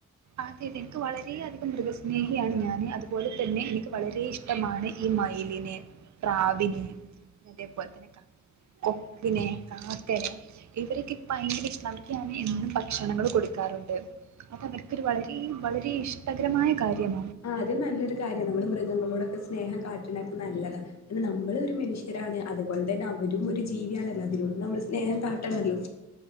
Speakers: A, on the right; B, on the left.
A: അതെ അതെ എനിക്ക് വളരെയധികം മൃഗസ്നേഹിയാണ് ഞാന് അത് അതുപോലെ തന്നെ ഇനിക്ക് വളരെ ഇഷ് ട്ടമാണ് ഈ മൈയിലിനെ പ്രാവിനെ അതേപോലെത്തനെ ക്ക കൊക്കിനെ കാക്കനെ ഇവർക്ക് ഭയങ്കര ഇഷ നമുക്ക് <unintelligible> എന്നും ഭക്ഷണങ്ങൾ കൊടുക്കാറുണ്ട് <unintelligible> ക്കൊരു വളരെ വളരെ ഇഷ് ട്ടകരമായ കാര്യാണ്
B: ആഹ് അത് നല്ലൊരു കാര്യാണ് നമ്മള് മൃഗങ്ങളോടൊക്കെ സ്നേഹം കാട്ടണൊക്കെ നല്ലതാ കാരണം നമ്മളൊരു മനുഷ്യ രാണ് അതുപോലെ തന്നെ അവരും ഒരു ജീവിയാണല്ലോ അതിനോടും നമ്മൾ സ്നേഹം കാട്ടണല്ലോ